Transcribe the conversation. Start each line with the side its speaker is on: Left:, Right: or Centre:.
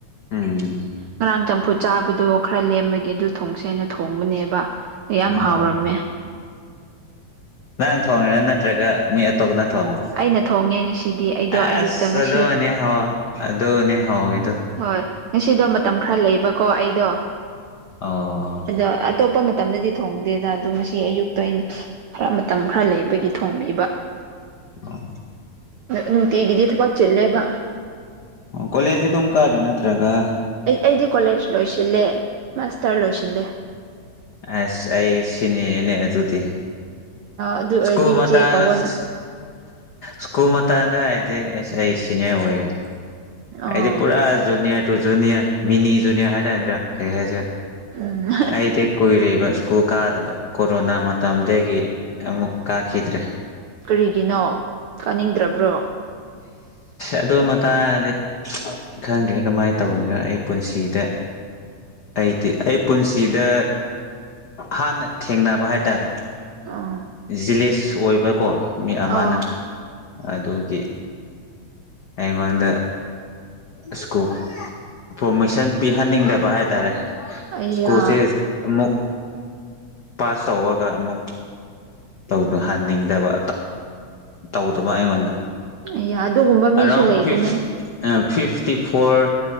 Left: ꯎꯝ
Right: ꯉꯔꯥꯡ ꯆꯝꯐꯨꯠ ꯆꯥꯕꯗꯣ ꯈꯔ ꯂꯦꯝꯃꯒꯦ ꯑꯗꯨ ꯊꯣꯡꯁꯦꯅ ꯊꯣꯡꯕꯅꯦꯕ ꯌꯥꯝ
Left: ꯑꯣ
Right: ꯍꯥꯎꯔꯝꯃꯦ
Left: ꯅꯪ ꯊꯣꯡꯉꯤꯔꯣ ꯅꯠꯇ꯭ꯔꯒ ꯃꯤ ꯑꯇꯣꯞꯅ ꯊꯣꯡꯉꯣ
Right: ꯑꯩꯅ ꯊꯣꯡꯉꯦ ꯉꯁꯤꯗꯤ ꯑꯩꯗꯣ ꯑꯌꯨꯛꯇ
Left: ꯑꯁ
Right: ꯉꯁꯤ
Left: ꯑꯗꯣꯅꯤ ꯍꯥꯎꯏꯗꯣ ꯑꯗꯣꯅꯤ ꯍꯥꯎꯏꯗꯣ
Right: ꯍꯣꯏ ꯉꯁꯤꯗꯣ ꯃꯇꯝ ꯈꯔ ꯂꯩꯕꯀꯣ ꯑꯩꯗꯣ
Left: ꯑꯣ
Right: ꯑꯗꯣ ꯑꯇꯣꯞꯄ ꯃꯇꯝꯗꯗꯤ ꯊꯣꯡꯗꯦꯗ ꯑꯗꯣ ꯃꯁꯤ ꯑꯌꯨꯛꯇ ꯑꯩꯅ ꯈꯔ ꯃꯇꯝ ꯈꯔ ꯂꯩꯕꯒꯤ ꯊꯣꯡꯕꯤꯕ
Left: ꯑꯥ
Right: ꯅꯨꯡꯇꯤꯒꯤꯗꯤ ꯊꯕꯛ ꯆꯤꯜꯂꯦꯕ
Left: ꯑꯣ ꯀꯣꯂꯦꯖꯗꯤ ꯑꯗꯨꯝ ꯀꯥꯔꯤꯔꯣ ꯅꯠꯇ꯭ꯔꯥꯒ
Right: ꯑꯩ ꯑꯩꯗꯤ ꯀꯣꯂꯦꯖ ꯂꯣꯏꯁꯤꯜꯂꯦ ꯃꯥꯁꯇꯔ ꯂꯣꯏꯁꯤꯜꯂꯦ
Left: ꯑꯁ ꯑꯩ ꯁꯤꯅꯤꯅꯦ ꯑꯗꯨꯗꯤ
Right: ꯑꯗꯨ ꯑꯣꯏꯔꯗꯤ
Left: ꯁꯀꯨꯜ ꯃꯇꯥꯁ
Right: ꯏꯆꯦ ꯀꯧꯋꯣꯅ
Left: ꯁ꯭ꯀꯨꯜ ꯃꯇꯝꯗ ꯍꯥꯏ ꯑꯁ ꯑꯩ ꯁꯤꯅꯤꯌꯔ ꯑꯣꯏꯔꯦ
Right: ꯑꯥ
Left: ꯑꯩꯗꯤ ꯄꯨꯔꯥ ꯖꯨꯅꯤꯌꯔ ꯖꯨꯅꯤꯌꯔ ꯃꯤꯅꯤ ꯖꯨꯅꯤꯌꯔ ꯍꯥꯏꯇꯥꯔꯦꯗ꯭ꯔꯥ ꯀꯩ ꯍꯥꯏꯁꯦ
Right: ꯎꯝ
Left: ꯑꯩꯗꯤ ꯀꯨꯏ ꯀꯨ ꯀꯥꯗꯕ ꯀꯣꯔꯣꯅꯥ ꯃꯇꯝꯗꯒꯤ ꯑꯃꯨꯛ ꯀꯥꯈꯤꯗ꯭ꯔꯦ
Right: ꯀꯔꯤꯒꯤꯅꯣ ꯀꯥꯅꯤꯡꯗ꯭ꯔꯕ꯭ꯔꯣ
Left: ꯑꯗꯨ ꯃꯇꯥꯗꯤ ꯈꯪꯗ꯭ꯔꯦ ꯀꯃꯥꯏꯅ ꯇꯧꯒꯦꯔ ꯑꯩ ꯄꯨꯟꯁꯤꯗ ꯑꯩꯗꯤ ꯑꯩ ꯄꯨꯟꯁꯤꯗ ꯍꯥꯟꯅ ꯊꯦꯡꯅꯕ ꯍꯥꯏꯇꯥꯔꯦ
Right: ꯑꯥ
Left: ꯖꯤꯂꯦꯁ ꯑꯣꯏꯕꯀꯣ ꯃꯤ ꯑꯃꯅ
Right: ꯑꯥ
Left: ꯑꯗꯨꯒꯤ ꯑꯩꯉꯣꯟꯗ ꯁ꯭ꯀꯨꯜ ꯄꯣꯔꯃꯤꯁꯟ ꯄꯤꯍꯟꯅꯤꯡꯗꯕ ꯍꯥꯏꯇꯥꯔꯦ
Right: ꯑꯩꯌꯥ
Left: ꯁ꯭ꯀꯨꯜꯁꯦ ꯑꯃꯨꯛ ꯄꯥꯁ ꯇꯧꯔꯒ ꯑꯃꯨꯛ ꯇꯧꯍꯟꯅꯤꯡꯗꯕ ꯇꯧꯗꯕ ꯑꯩꯉꯣꯟꯗ
Right: ꯑꯩꯌꯥ ꯑꯗꯨꯒꯨꯝꯕ ꯃꯤꯁꯨ
Left: ꯑꯔꯥꯘꯟ
Right: ꯂꯩꯕꯅꯦ
Left: ꯐꯤ ꯐꯤꯐꯇꯤ ꯐꯣꯔ